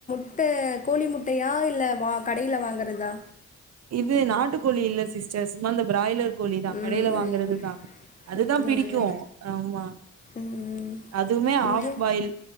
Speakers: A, on the left; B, on the right.
A: முட்ட கோழி முட்டையா இல்ல வா கடைல வாங்கறதா
B: இது நாட்டு கோழி இல்ல சிஸ்டர் சும்மா இந்த பிராய்லர் கோழி தா
A: ம்
B: கடைல வாங்கறது
A: ம்
B: தா அதுதா
A: அப்டிங்களா
B: பிடிக்கு ஆமா
A: ம் ம்
B: அதுமே
A: இங்க
B: ஆஃப் பாயில்